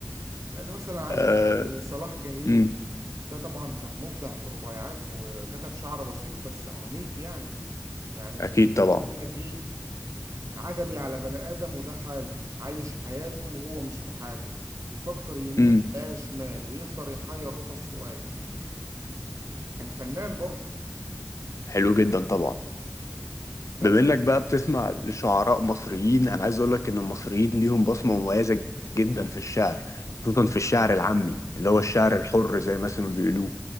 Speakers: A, on the right; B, on the left.
A: يعني مثلا عندك
B: أه
A: آه، صلاح جاهين
B: امم
A: ده طبعا كان مبدع في الرباعيات وكتب شعر بسيط بس عميق يعني يعني
B: أكيد
A: كان
B: طبعا
A: بيقول لك ايه عجبي على بني آدم وده حاله عايش حياته وهو مش في حاله يفكر يمين
B: امم
A: لا شمال ويفضل يحير روحه في سؤاله كان فنان برضه
B: حلو جدا طبعا
A: بس
B: بما إنك بقى بتسمع لشعراء مصريين أنا عايز أقول لك إن المصريين ليهم بصمة مميزة جدا في الشعر خصوصا في الشعر العامي اللي هو الشعر الحر زي ما اسمه بيقولوه